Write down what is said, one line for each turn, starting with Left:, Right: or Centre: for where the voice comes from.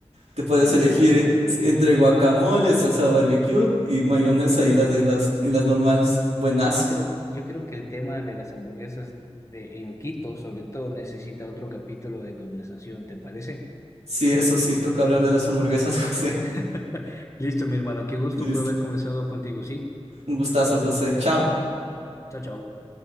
Right: Te puedes
Left: Buenazo,
Right: elegir eh,
Left: brother.
Right: entre guacamole, salsa barbecue y mayonesa y las, y las, y las normales. Buenazo.
Left: Yo creo, yo creo que el tema de las hamburguesas de, en Quito, sobre todo, necesita otro capítulo de conversación, ¿te parece?
Right: Sí, eso sí, toca hablar de las hamburguesas, <laughs> José.
Left: <laughs> Listo, mi hermano, qué gusto
Right: Listo.
Left: fue haber conversado contigo, ¿sí?
Right: Un gustazo, José. Chao.
Left: Chao, chao.